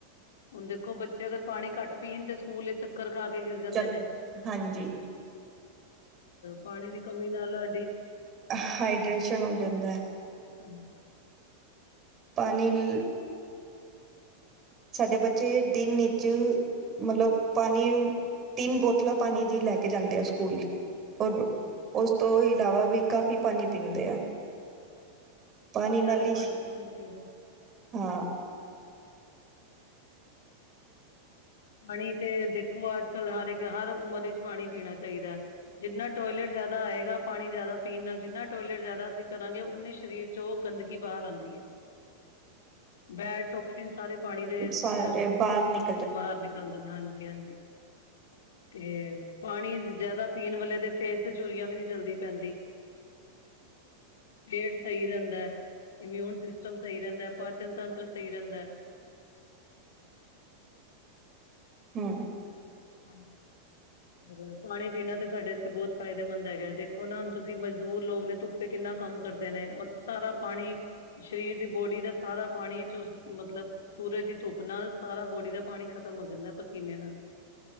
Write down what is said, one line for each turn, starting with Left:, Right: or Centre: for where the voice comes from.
Left: ਹੁਣ ਦੇਖੋ ਬੱਚੇ ਅਗਰ ਪਾਣੀ ਘੱਟ ਪੀਣ ਤੇ ਸਕੂਲ ਵਿਚ ਚੱਕਰ ਖਾ ਕੇ ਗਿਰ ਜਾਂਦੇ
Right: ਚ
Left: ਨੇ
Right: ਹਾਂਜੀ
Left: ਔਰ ਦੀ ਕਮੀ ਨਾਲ ਆ
Right: ਹਾਈਡ੍ਰੇਸ਼ਨ ਹੋ ਜਾਂਦਾ ਐ
Left: ਹਾਂਜੀ ਈ
Right: ਪਾਣੀ ਲੀ ਈ ਸਾਡੇ ਬੱਚੇ ਦਿਨ ਈਚ ਮਤਲਬ ਪਾਣੀ ਤਿੰਨ ਬੋਤਲਾਂ ਪਾਣੀ ਦੀ ਲੈ ਕੇ ਜਾਂਦੇ ਆ ਸਕੂਲ ਔਰ
Left: ਹਾਂਜੀ
Right: ਉਸ ਤੋਂ ਇਲਾਵਾ ਵੀ ਕਾਫ਼ੀ ਪਾਣੀ ਪੀਂਦੇ ਆ ਪਾਣੀ ਨਾਲ
Left: ਗੱਲ ਐ
Right: ਹੀ
Left: ਪਾਣੀ ਪੀਣਾ ਚਾਹੀਦਾ ਆ
Right: ਹਾਂ ਆ
Left: ਹਣੀ ਤੇ, ਦੇਖੋ ਅੱਜ- ਕੱਲ ਹਰ ਇੱਕ ਹਰ ਉਮਰ ਵਿੱਚ ਪਾਣੀ ਪੀਣਾ ਚਾਹੀਦਾ। ਜਿੰਨਾ ਟੋਇਲੇਟ ਜ਼ਾਦਾ ਆਏਗਾ ਪਾਣੀ ਜ਼ਾਦਾ ਪੀਣ ਨਾਲ ਜਿੰਨਾ ਟੋਇਲੇਟ ਜ਼ਾਦਾ ਅਸੀਂ ਕਰਾਂਗੇ ਉਨੇ ਸਰੀਰ 'ਚੋਂ ਗੰਦਗੀ ਬਾਹਰ ਆਉਂਦੀ ਐ, ਬੈਡ ਟੋਕਸੀਨ ਸਾਰੇ। ਪਾਣੀ ਦੇ ਅ
Right: ਸਾਰੇ ਬਾਹਰ ਨਿਕ।
Left: ਬਾਹਰ ਨਿਕਲਦੇ ਨੇ ਹਾਂਜੀ -ਹਾਂਜੀ। ਤੇ, ਪਾਣੀ ਜਿਆਦਾ ਪੀਣ ਵਾਲੇ ਦੇ ਫੇਸ ਤੇ ਝੁਰੀਆਂ ਵੀ ਨਹੀਂ ਜਲਦੀ ਪੈਂਦੀ। ਪੇਟ ਸਹੀ ਰਹਿੰਦਾ। ਇਮਿਊਨ ਸਿਸਟਮ ਸਹੀ ਰਹਿੰਦਾ, ਪਾਚਨ ਤੰਤਰ ਸਹੀ ਰਹਿੰਦਾ
Right: ਹਾਂ।
Left: ਹੋਰ, ਹਾਂਜੀ, ਮਤਲਬ ਪਾਣੀ ਪੀਣਾ ਤੇ ਸਾਡੇ ਬਹੁਤ ਫਾਇਦੇਮੰਦ ਹੈਗਾ ਦੇਖ ਦੇਖੋ ਨਾ ਹੁਣ ਤੁਸੀਂ ਮਜ਼ਦੂਰ ਲੋਗ ਨੇ, ਧੁੱਪੇ ਕਿੰਨਾ ਕੰਮ ਕਰਦੇ ਨੇ, ਔਰ ਸਾਰਾ ਪਾਣੀ। ਸਰੀਰ ਦੀ ਬੋਡੀ ਦਾ ਸਾਰਾ ਪਾਣੀ ਚੂਸ, ਮਤਲਬ। ਸੂਰਜ ਦੀ ਧੁੱਪ ਨਾਲ ਸਾਰਾ ਬੋਡੀ ਦਾ ਪਾਣੀ ਖਤਮ ਹੋ ਜਾਂਦਾ, ਪਸੀਨੇ ਨਾਲ